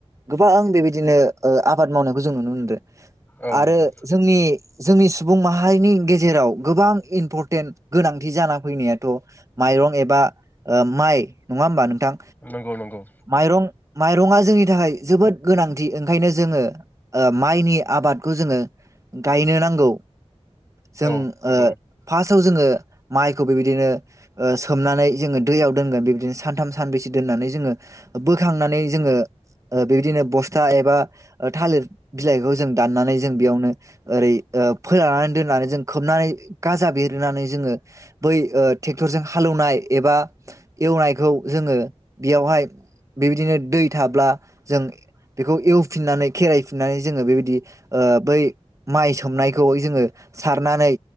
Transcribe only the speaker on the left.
औ
नंगौ
नंगौ नंगौ
औ नंगौ